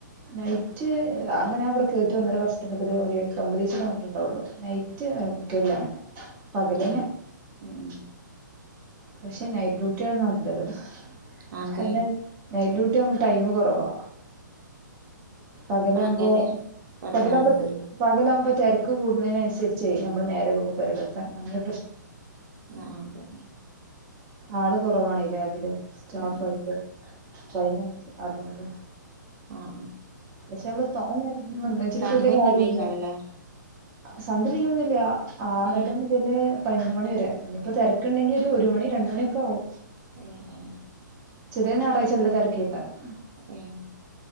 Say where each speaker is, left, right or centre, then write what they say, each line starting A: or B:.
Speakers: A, on the right (about 20°); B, on the right (about 70°).
A: നൈറ്റ് അങ്ങനെ അവിടെ കേറിട്ട് ഒന്നര വർഷത്തിനക്ക ഒരു എട്ട് ഒമ്പത് ദിവസ നിന്നിട്ടുണ്ടാ കൊള്ളു നൈറ്റ്. കോണ് ഞ പകലന്നെ
B: ഏ ഉം
A: <unintelligible>
B: ഉം
A: <unintelligible> പക്ഷെ നൈറ്റ് ഡ്യൂട്ടിയ ആണ് നല്ലത്.
B: അതെ
A: കാരണം നൈറ്റ് ഡ്യട്ടി ആവുമ്പോ ടൈ കൊറവാ പകലാക്മ്പോപകലാമ്പക്ക്
B: പകല് കൊറേ നേരം
A: പകലമ്പത്ത് തെരക്ക് കൂടുന്നീനനുസരിച് നമ്മൾ നേരെ വെകും പെരിലെ പത്താൻ അങ്ങനെ തെ
B: ആ അതെ
A: ആള് കുറവാണ് ലാബില് സ്റ്റാഫ്
B: ഉം
A: ആയിട്ട് അയ്ന് അൻസരിച്സ് അതോകൊണ്ട്
B: ആഹ ഹ
A: പക്ഷെ നമ്മള് തോനെ നേരം നിന്നെച്ചിട്ട്
B: സൺഡേ
A: വല്യയ കാര്യംല്ല.
B: ലീവേക്കാരല്ലേ
A: സൺഡേ ലീവെന്നില്ല ആറര
B: ഏ
A: മുതല് പതിനൊന്ന് മണി വരെ ഇനിയിപ്പോ തെരക്ക്ണ്ടെങ്കിൽ ഒരു മണി രണ്ട് മണിയൊക്കെ ആവും.
B: ഹേ ഹേ
A: ചെലെ ഞായറായ്ച്ച നല്ല തെരക്ക് യ്കാരം.
B: ഉം